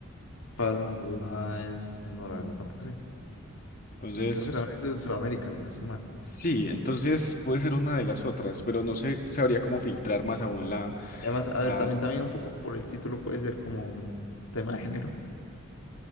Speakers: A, on the left; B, on the left.
A: Pablo Neruda es, no, la verdad tampoco sé.
B: Entonces,
A: Y Creo que
B: es-
A: también es de Sudamérica, si no estoy mal.
B: sí, entonces puede ser una de las otras, pero no sé, sabría cómo filtrar más aún la,
A: Y además, a
B: la,
A: ver, también,
B: la-
A: también un poco por el título puede ser como un tema de género.